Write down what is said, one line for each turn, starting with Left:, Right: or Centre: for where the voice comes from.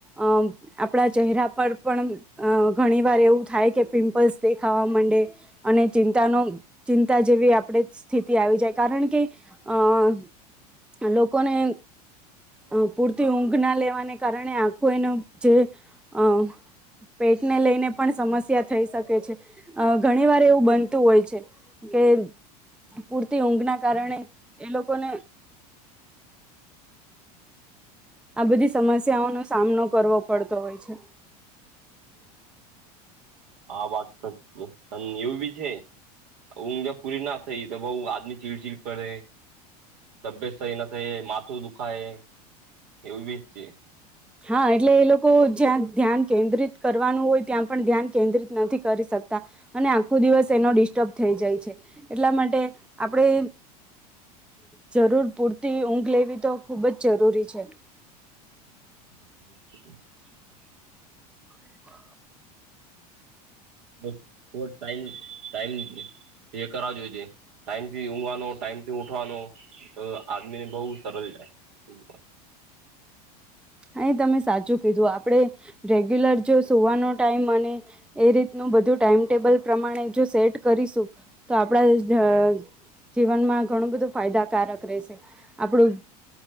Centre: અહ આપણા ચહેરા પર પણ અહ ઘણી વાર એવું થાય કે પિમ્પલ્સ દેખાવા મંડે અને ચિંતાનો ચિંતા જેવી આપણે સ્થિતિ આવી જાય, કારણ કે અ લોકોને અ પૂરતી ઊંઘ ના લેવાને કારણે આખો એનો, જે, અ પેટને લઈને પણ સમસ્યા થઈ શકે છે, અ ઘણી વાર એવું બનતું હોય છે. કે પૂરતી ઊંઘના કારણે એ લોકોને આ બધી સમસ્યાઓનો સામનો કરવો પડતો હોય છે.
Right: આ વાત સચ છે એવું બી છે, ઊંઘ એ પૂરી ના થઈ તો બઉ આદમી ચીડ ચીડ કર તબેત સહી ન થયે, માથું દુખાય, એવું બી છે.
Centre: હા એટલે એ લોકો જ્યાં ધ્યાન કેન્દ્રિત કરવાનું હોય ત્યાં પણ ધ્યાન કેન્દ્રિત નથી કરી સ કતા અને આખો દિવસ એનો ડિસ્ટર્બ થઈ જાય છે, એટલા માટે આપણે જરૂર પૂરતી ઊંઘ લેવી તો ખુબ જ જરૂરી છે.
Right: હટ
Centre: હ
Right: બસ થોડો ટાઈમ, ટાઈમ એ કરાવજો જે. ટાઈમથી ઊવાનો, ટાઈમથી ઉઠવાનો આદમીને બહુ સરલ જાય ઉંઘમાં.
Centre: હા એ તમે સાચું કીધું, આપડે રેગ્યુલર જો સુવાનો ટાઈમ અને એ રીતનું બધું ટાઈમટેબલ પ્રમાણે જો સેટ કરીશું, તો આપણા જ જીવનમાં ઘણું બધું ફાયદાકારક રેશે, આપણું